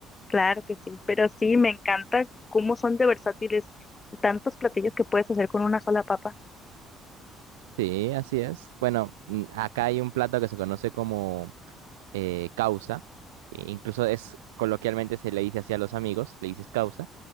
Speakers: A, on the left; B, on the right.
A: claro que sí. Pero sí, me encanta cómo son de versátiles tantos platillos que puedes hacer con una sola papa.
B: Sí, así es. Bueno, mm, acá hay un plato que se conoce como eh, causa, e incluso es coloquialmente se le dice así a los amigos, le dices causa,